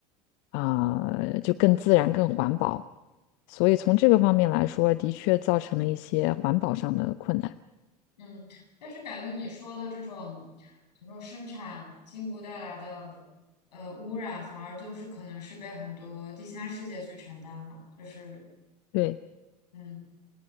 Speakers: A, on the left; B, on the left.
A: 啊，呃就更自然、更环保。所以从这个方面来说，的确造成了一些环保上的困难。
B: 嗯，但是感觉你说的这种，比如说生产进步带来的呃污染，反而都是可能是被很多第三世界去承担了，就是
A: 对，
B: 嗯。